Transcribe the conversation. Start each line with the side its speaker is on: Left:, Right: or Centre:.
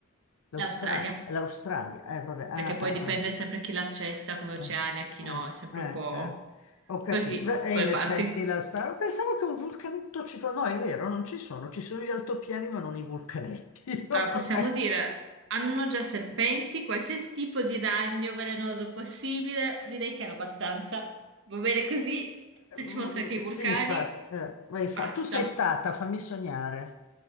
Left: l'Australia,
Right: l'Australia.
Left: l'Australia, eh, vabbè, ah,
Right: Perché poi dipende sempre chi l'accetta come
Left: eh,
Right: Oceania e chi
Left: vabbè,
Right: no, è sempre
Left: eh, eh,
Right: un po'
Left: eh, eh. Ho capito,
Right: così,
Left: e
Right: quelle
Left: in effetti
Right: parti.
Left: l'Australia, pensavo che un vulcanetto ci fosse, no, è vero, non ci sono, ci sono gli altopiani ma non i vulcanetti, <laughs> vabbè.
Right: Allora, possiamo dire, hanno già serpenti, qualsiasi tipo di ragno velenoso possibile, direi che hanno abbastanza. Va bene così, se
Left: Mm,
Right: ci fossero anche i
Left: Sì,
Right: vulcani,
Left: infatti, eh, vai, infa-
Right: basta.
Left: tu sei stata, fammi sognare.